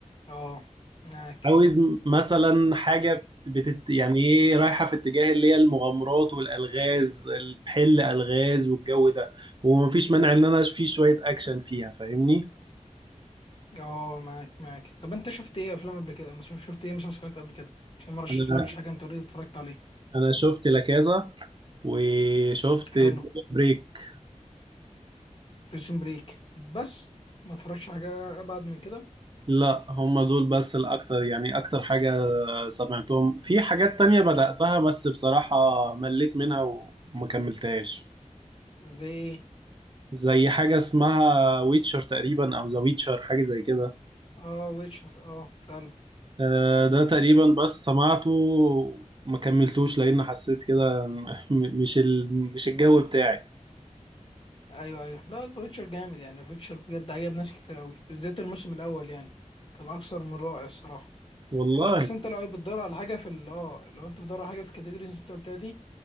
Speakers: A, on the left (about 40°); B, on the right (about 40°).
A: اه معاك
B: عاوز مثلا حاجة بتت... يعني ايه رايحة في اتجاه اللي هي المغامرات والألغاز الحل ألغاز والجو ده ومفيش مانع ان انا في شوية اكشن فيها فاهمني
A: اه معاك معاك طب انت شفت ايه افلام قبل كده مش شفت ايه مسلسلات قبل كده عشان ما رشحلكش
B: انا
A: حاجه انت اوريدي اتفرجت عليه
B: انا شفت لاكازا وشفت
A: حلو
B: بريك
A: بريزون بريك بس ما اتفرجش حاجه ابعد من كده
B: لا هم دول بس الاكتر يعني اكتر حاجة سمعتهم في حاجات تانية بدأتها بس بصراحة مليت منها وما كملتهاش
A: زي ايه
B: زي حاجة اسمها ويتشر تقريبا او ذا ويتشر حاجة زي كده
A: اه ويتشر اه فعلا
B: آه، ده تقريبا بس سمعته ما كملتوش لان حسيت كده <laughs> م- م- مش ال... مش الجو بتاعي
A: ايوه ايوه لا ذا ويتشر جامد يعني ويتشر بجد عجب ناس كتير قوي بالذات الموسم الاول يعني كان اكثر من رائع الصراحه
B: والله
A: لا بس انت لو بتدور على حاجه في ال- اه لو انت بتدور على حاجه في الكاتيجوريز اللي انت قلتها دي